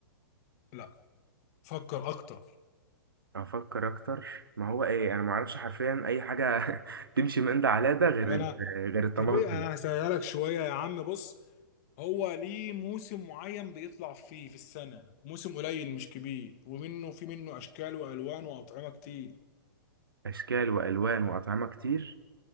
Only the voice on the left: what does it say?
لا فكر اكتر
طب انا
طب ايه انا هسهلها لك شويه يا عم بص هو ليه موسم معين بيطلع فيه في السنة موسم قليل مش كبير ومنه في منه أشكال وألوان وأطعمة كتير